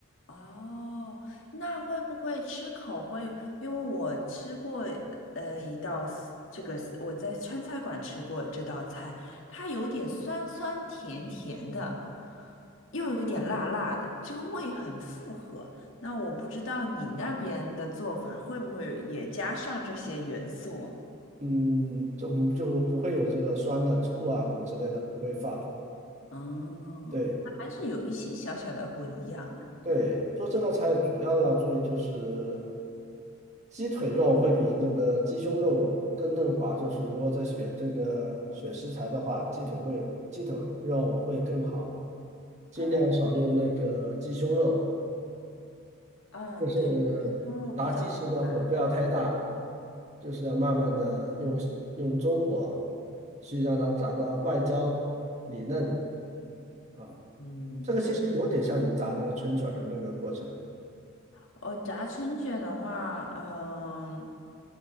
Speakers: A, on the left; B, on the right.
A: 哦，那会不会吃口会？因为我吃过呃一道 s- 这个 s- 我在川菜馆吃过这道菜，它有点酸酸甜甜的，又有点辣辣的，这个味很复合。那我不知道你那边的做法会不会也加上这些元素啊
B: 嗯，就就不会有这个酸的醋啊什么之类的，不会放。
A: 哦，
B: 对
A: 那还是有一些小小的不一样哎。
B: 对，做这道菜主要的要注意就是鸡腿肉会比那个鸡胸肉更嫩滑，就是如果在选这个选食材的话，鸡腿会鸡腿肉会更好，尽量少用那个鸡胸肉。
A: 嗯嗯，
B: 就是炸鸡时呢，
A: 对，鸡胸肉比较辣，
B: 火不要太大，就是要慢慢的用用中火去让它炸到外焦里嫩啊。
A: 嗯，
B: 这个其实有点像你炸那个春卷儿的那个过程
A: 对。哦，炸春卷的话，嗯